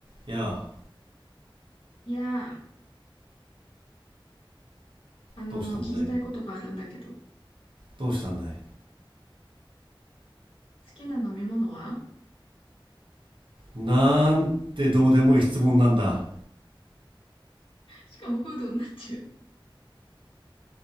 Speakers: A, on the right (about 65°); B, on the left (about 75°).
A: いやあ、
B: いやー、あのー聞きたいことがあるんだけど、
A: どうしたんだいどうしたんだい
B: 好きな飲み物は
A: なんてどうでもいい質問なんだ。
B: しかもフードになっちゃう。